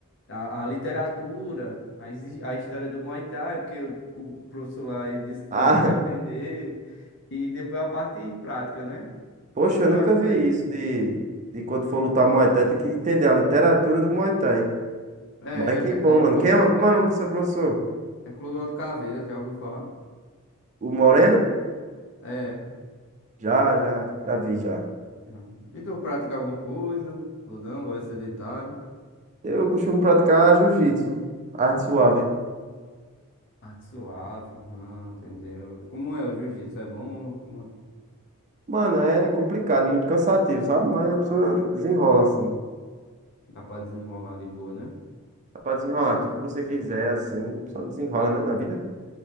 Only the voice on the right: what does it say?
Ah,
<laughs> poxa,
eu nunca
vi
isso de, de quando for lutar Muay Thai, tem que entender a literatura do Muay Thai.
Mas que bom,
mano.
Quem é, como é o nome do seu professor?
O Moreno?
Já, já, já vi, já.
Eu costumo praticar jiu-jitsu, arte suave.
Mano, é complicado, muito cansativo, sabe? Mas a pessoa desenrola assim.
pode desenrolar tudo que você quiser, assim, só desenrola, né, na vida.